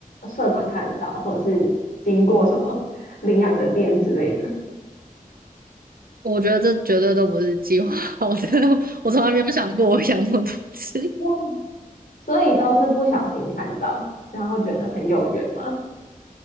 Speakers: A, on the left; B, on the right.
A: 社团看得到，或者是经过什么 <laughs> 领养的店之类的，
B: <laughs> 我觉得这绝对都不是计划好的，<laughs> 我从来没有想过我养那么多只。
A: 哇，<laughs> 所以都是不小心看到，然后觉得很有缘嘛。